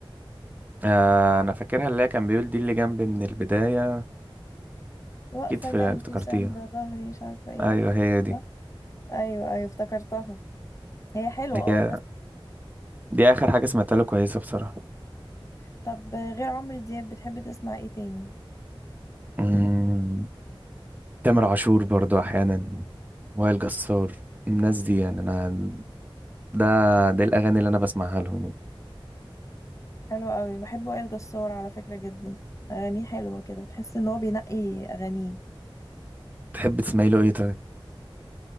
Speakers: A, on the right; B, on the left.
A: آه انا فاكرها اللي هي كان بيقول دي اللي جنبي من البدايه
B: واقفة
A: اكيد في-
B: جنبي
A: افتكرتيها
B: ساندة ظهري مش عارفة ايه
A: ايوه هي دي
B: صح؟ ايوه ايوه افتكرتها هي حلوة
A: هي
B: اه الناس
A: دي اخر حاجه سمعتها له كويسه بصراحه
B: طب غير عمرو دياب بتحب تسمع ايه تاني
A: مم، تامر عاشور برضو احيانا وائل جسار الناس دي يعني انا ده ده الاغاني اللي انا بسمعها لهم يعني.
B: حلو قوي بحب وائل جسار على فكرة جدا اغانيه حلوة كده بتحس ان هو بينقي اغانيه
A: تحب تسمعي له ايه طيب